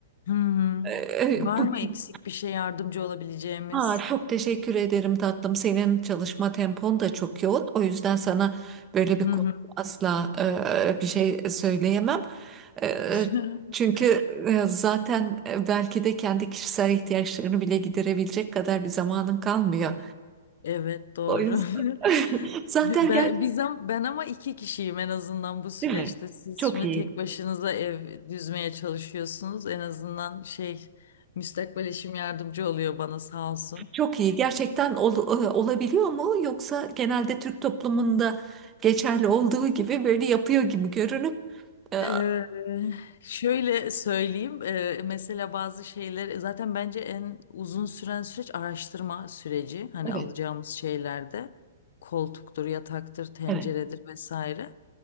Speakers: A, on the left (about 65°); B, on the right (about 20°).
A: Hmm.
B: E,
A: Var
B: Bugün
A: mı eksik bir şey yardımcı olabileceğimiz?
B: Aa, çok teşekkür ederim tatlım. Senin çalışma tempon da çok yoğun. O yüzden sana böyle bir
A: Hı
B: konu
A: hı.
B: asla e, bir şey söyleyemem. E,
A: <laughs>
B: çünkü e, zaten e, belki de kendi kişisel ihtiyaçlarını bile giderebilecek kadar bir zamanın kalmıyor.
A: Evet, doğru.
B: O yüzden
A: <laughs>
B: <laughs> zaten
A: <laughs> Ben,
B: gerçek
A: biz am- ben ama iki kişiyim en azından bu süreçte.
B: değil mi?
A: Siz
B: Çok
A: şimdi
B: iyi.
A: tek başınıza ev düzmeye çalışıyorsunuz. En azından şey müstakbel eşim yardımcı oluyor bana sağ olsun.
B: Çok iyi. Gerçekten ol- e, olabiliyor mu? Yoksa genelde Türk toplumunda geçerli olduğu gibi böyle yapıyor gibi görünüp e,
A: Ee, şöyle söyleyeyim. Ee, mesela bazı şeyler zaten bence en uzun süren süreç araştırma süreci. Hani
B: Evet.
A: alacağımız şeylerde koltuktur, yataktır, tenceredir
B: Evet.
A: vesaire.